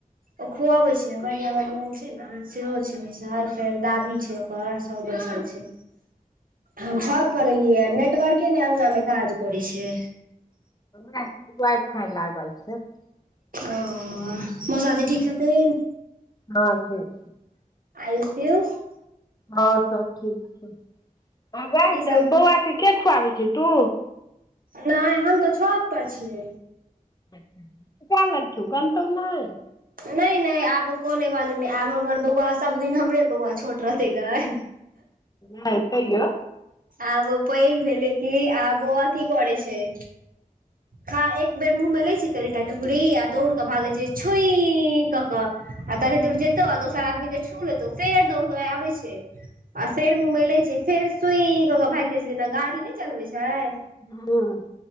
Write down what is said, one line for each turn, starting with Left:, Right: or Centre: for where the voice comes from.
Right: ओ खुआबै छै गढ़िया वाली आयल छै ने। सेहो छै बैसल, फेर दादी छै ओकर, सब बैसल छै हम छत। पर एलियै नेटवर्के ने अंगना में काज करै छै।
Left: वैह वाइफाइ लागल छैय।
Right: ओ मौसाजी ठीक छथिन।
Left: हँ ठीक।
Right: आयुस पियुस।
Left: हँ सब ठीक छैय। - ऐ गैय
Right: की
Left: तऽ
Right: सब
Left: बौआके के खुआबै छैय तू।
Right: नई हम तऽ छोत पर छियै।
Left: <unintelligible> नई छौ कनतौ नैए
Right: नै नै आब ओ कनै बाली नइ आब हमर बौआ सब दिन हमरे बौआ छोट रहतै गै।
Left: नै तैयो।
Right: आब ओ पैघ भेलै कि आब वो बौआ की करै छैय। खा एक बेर मुँहमे ले छैय कनिटा टुकड़ी आ दौड़ के भागै छैय छुई ई क क आ कनी दूर जतौ आ दोसर आदमी के छू लेतौ फेर दौड़ क आबय छैय। आ फेर मुँहमे ले छै फेर सुई क के भागि जाइ छैय जेना गाड़ी नहि चलबै छैय।
Left: हँ।